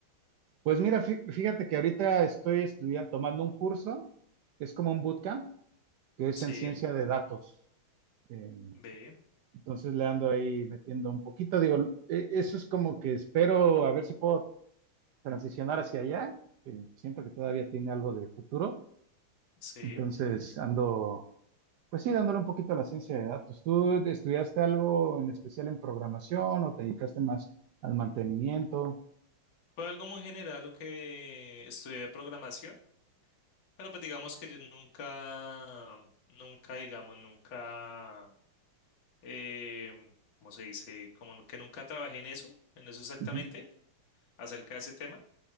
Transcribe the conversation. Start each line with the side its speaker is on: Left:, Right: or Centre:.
Right: Pues mira, fí- fíjate que ahorita estoy estudiando, tomando un curso, que es como un bootcamp, que es
Left: Sí,
Right: en ciencia de datos. Eh,
Left: ve,
Right: entonces le ando ahí metiendo un poquito, digo, eh, eso es como que espero a ver si puedo transicionar hacia allá, que siento que todavía tiene algo de futuro.
Left: sí.
Right: Entonces ando, pues sí, dándole un poquito a la ciencia de datos. ¿Tú estudiaste algo en especial en programación o te dedicaste más al mantenimiento?
Left: Fue algo muy general lo que estudié de programación. Pero pues digamos que yo nunca, nunca, digamos, nunca, eh, ¿cómo se dice? Como que nunca trabajé en eso, en eso exactamente,
Right: Ujú.
Left: acerca de ese tema.